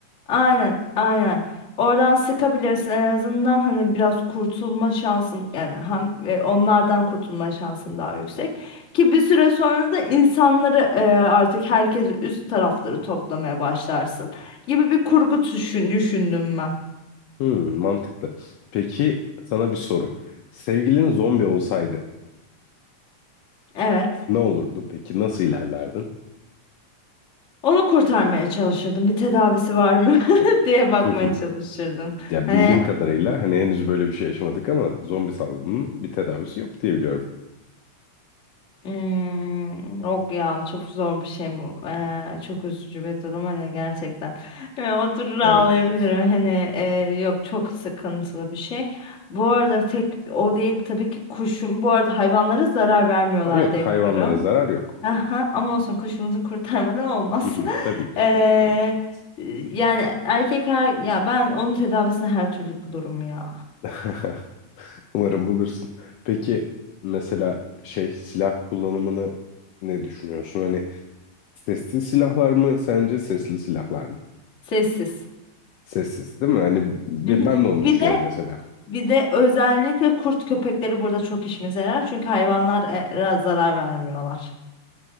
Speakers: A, on the left (about 30°); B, on the left (about 85°).
A: aynen aynen. Oradan sıkabilirsin en azından hani biraz kurtulma şansın yani hem e, onlardan kurtulma şansın daha yüksek. Ki bir süre sonra da insanları e, artık herkes üst tarafları toplamaya başlarsın gibi bir kurgu düşün, düşündüm ben.
B: Hmm, mantıklı. Peki sana bir soru. Sevgilin zombi olsaydı
A: Evet.
B: Ne olurdu peki? Nasıl ilerlerdin?
A: Onu kurtarmaya çalışırdım. Bir tedavisi var mı <laughs> diye bakmaya
B: Hı hı.
A: çalışırdım.
B: Ya
A: Hani
B: bildiğim kadarıyla hani henüz böyle bir şey yaşamadık ama zombi salgının bir tedavisi yok diye biliyorum.
A: Hmm, yok ya çok zor bir şey bu. Ee, çok üzücü bir durum hani gerçekten. Ee, oturur ağlayabilirim.
B: Evet.
A: Hani e, yok çok sıkıntılı bir şey. Bu arada tek o değil tabii ki kuşum. Bu arada hayvanlara zarar vermiyorlar
B: Aa, yok
A: diye
B: hayvanlara
A: biliyorum.
B: zarar yok.
A: Aha, ama olsun kuşumuzu kurtarmadan olmaz.
B: Hı hı
A: <laughs>
B: Tabii ki.
A: Ee,
B: Tabii ki olmaz.
A: yani erkek har- ya ben onun tedavisini her türlü bulurum ya.
B: <laughs> Umarım bulursun. Peki mesela şey silah kullanımını ne düşünüyorsun? Hani sessiz silahlar mı sence sesli silahlar mı?
A: Sessiz.
B: Sessiz değil mi? Hani bi-
A: <laughs>
B: ben de onu
A: Bir
B: düşünüyorum
A: de
B: mesela.
A: Bir de özellikle kurt köpekleri burada çok işimize yarar. Çünkü hayvanlara zarar vermiyorlar.